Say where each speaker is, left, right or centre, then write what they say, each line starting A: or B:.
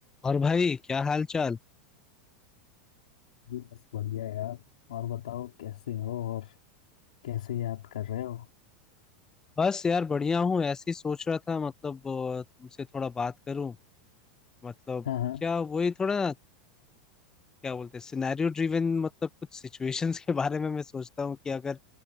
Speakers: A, on the left; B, on the left.
A: और भाई क्या हाल चाल
B: जी बस बढ़िया यार और बताओ कैसे हो और कैसे याद कर रहे हो
A: बस यार बढ़िया हूँ ऐसे ही सोच रहा था मतलब अ, तुमसे थोड़ा बात करूं मतलब
B: हाँ हाँ
A: क्या वही थोड़ा क्या बोलते हैं सिनेरियो ड्रिवन मतलब कुछ सिचुएशंस <laughs> के बारे में मैं सोचता हूँ कि अगर